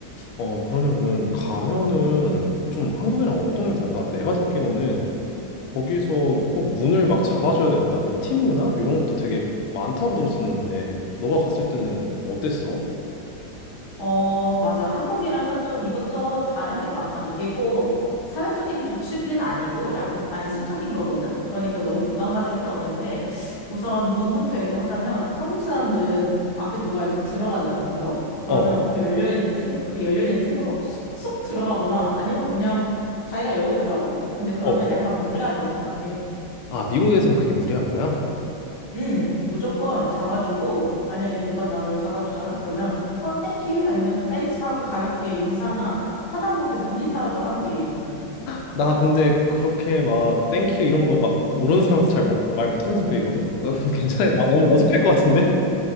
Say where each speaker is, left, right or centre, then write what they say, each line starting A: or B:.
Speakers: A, on the left; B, on the left.
A: 어, 그러면은 가면은 좀 한국이랑 어떤 게 달라? 내가 듣기로는 거기서 꼭 문을 막 잡아줘야 된다? 뭐 팀 문화? 이런 것도 되게 많다고 들었었는데 너가 갔을 때는 어땠어?
B: 어, 맞아. 한국이랑은 좀 이것저것 다른 게 많아. 이게 꼭 사회적인 규칙은 아니고 약간 관습적인 거거든? 그러니까 너무 부담 가질 필요 없는데 우선 문부터 얘기하자면 한국 사람들은 앞에 누가 이렇게 들어가잖아, 문으로? 그러면
A: 어,
B: 그 열려있는 틈, 그 열려있는 틈으로 쏙쏙 들어가거나 아니면 그냥 자기가 열고 들어가거든? 근데 그러면
A: 어,
B: 약간
A: 맞아.
B: 무례하다고 생각해.
A: 아, 미국에서는 그게 무리한 거야?
B: 응, 무조건 잡아주고, 만약에 누가 나를 잡아주잖아? 그러면, 어, thank you 아니면 thanks 하고 가볍게 인사나 하다못해 눈인사라도 하는 게 예의거든.
A: 나 근데 그렇게 막 땡큐 이런 거 막 모르는 사람한테 잘 뭐, 말 못하는 성격이거든? 나 <laughs> 근데 괜찮아. 나 너무 어색할 것 같은데?